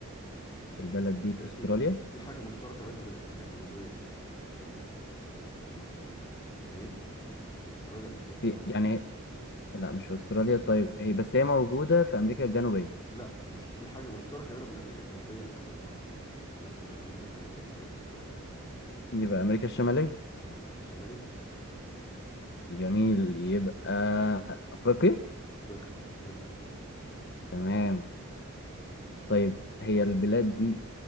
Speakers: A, on the left; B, on the left.
A: البلد دي في
B: بس
A: استراليا
B: في حاجة مشتركة بينها وبين أمريكا الجنوبية في ال في ال في في في المحاصيل يعني إيه؟ في أستراليا لا مش في أستراليا
A: في يعني
B: لا
A: لا مش في استراليا طيب هي بس هي موجودة في امريكا الجنوبية
B: لا مش في حاجة مشتركة بينها وبين أمريكا الجنوبية في أحد المحاصيل بس مش في أمريكا الجنوبية ولا في أستراليا
A: يبقى أمريكا الشمالية
B: ولا أمريكا الشمالية
A: جميل يبقى أفريقيا
B: أفريقيا حلو
A: تمام طيب هي البلاد دي